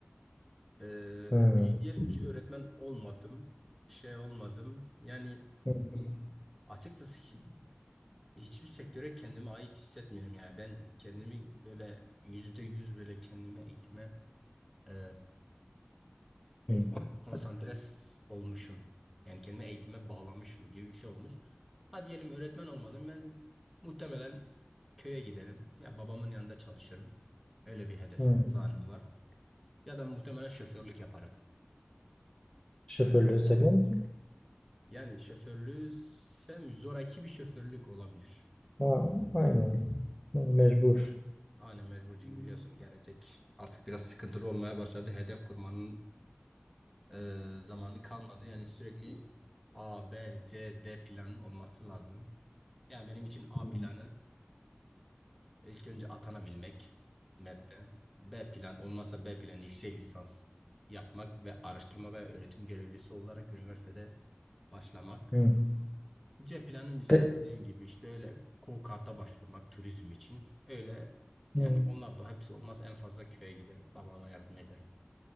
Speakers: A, in the centre; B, on the left.
A: Ee,
B: Hmm.
A: e, diyelim ki öğretmen olmadım, şey olmadım. Yani
B: Hmm.
A: açıkçası hi- hiçbir sektöre kendime ait hissetmiyorum yani. Ben kendimi böyle yüzde yüz böyle kendimi eğitime ee,
B: Hmm.
A: konsantre s- olmuşum. Yani kendimi eğitime bağlamışım gibi bir şey olmuş. Hadi diyelim öğretmen olmadım. Ben muhtemelen köye giderim. Ya babamın yanında çalışırım. Öyle bir hedefim,
B: Hmm.
A: planım var. Ya da muhtemelen şoförlük yaparım.
B: Şoförlüğü seviyor musun?
A: Yani şoförlüğü sevmiyorum. Zoraki bir şoförlük olabilir.
B: Ha, aynen. Mecbur.
A: Aynen mecbur çünkü Hmm. biliyorsun gelecek artık biraz sıkıntılı olmaya başladı. Hedef kurmanın e, zamanı kalmadı. Yani sürekli A, B, C, D planın olması lazım. Yani benim için A
B: Hmm.
A: planı İlk önce atanabilmek MEP'te. B plan olmazsa B plan yüksek lisans yapmak ve araştırma ve öğretim görevlisi olarak üniversitede başlamak.
B: Hmm.
A: C planım ise
B: Pe-
A: dediğim gibi işte öyle KOKART'a başvurmak turizm için. Öyle yani
B: hmm.
A: onlar da hepsi olmaz en fazla köye gider babama yardım ederim.